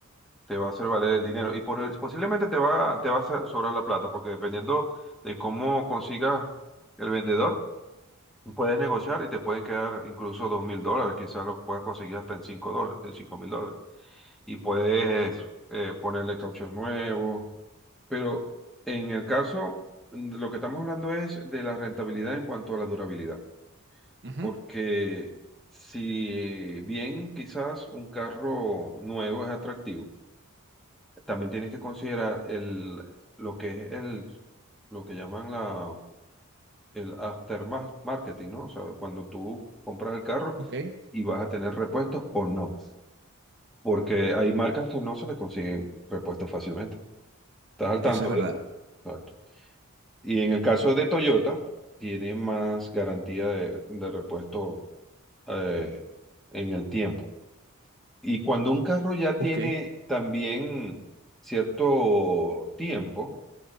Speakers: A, in the centre; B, on the right (about 50°).
A: te va a hacer valer el dinero y por- posiblemente te va, te va a so- sobrar la plata, porque dependiendo de cómo consigas el vendedor, puedes negociar y te pueden quedar incluso dos mil dólares, quizás lo puedas conseguir hasta en cinco dólares, cinco mil dólares. Y puedes eh, ponerle cauchos nuevos, pero en el caso, mm, lo que estamos hablando es de la rentabilidad en cuanto a la durabilidad,
B: Ujú.
A: porque si bien quizás un carro nuevo es atractivo, también tienes que considerar el, lo que es el, lo que llaman la, el aftermarketing, ¿no? O sea, cuando tú compras el carro
B: Ok.
A: y vas a tener repuestos o no, porque hay marcas que no se le consiguen repuestos fácilmente. ¿Estás al
B: Eso
A: tanto
B: es verdad.
A: de eso? ¿no? Exacto. Y en el caso de Toyota, tiene más garantía de, de repuesto eh, en el tiempo. Y cuando un carro ya
B: Ok.
A: tiene también cierto tiempo,